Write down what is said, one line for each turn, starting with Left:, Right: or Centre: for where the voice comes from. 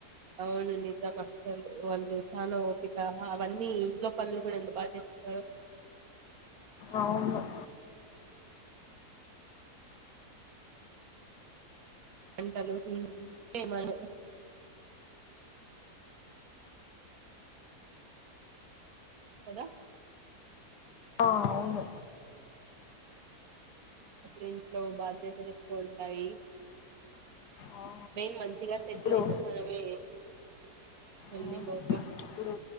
Right: అవును నిజం అస్సలు వాళ్ళు చాలా ఓపిక అవన్నీ ఇంట్లో పనులు కూడా ఎంత బాగా చేస్తారు.
Left: అవును
Right: పంటలు ఉమ్ ఏ మన కదా
Left: ఆ అవును
Right: అక్కడ ఇంట్లో బాధ్యతలు ఎక్కువ ఉంటాయి.
Left: ఆ
Right: మెయిన్ మంచిగా సెటిల్
Left: ఇప్పుడు
Right: అయితే మనమే అన్ని
Left: అవును
Right: బాగా
Left: ఇప్పుడు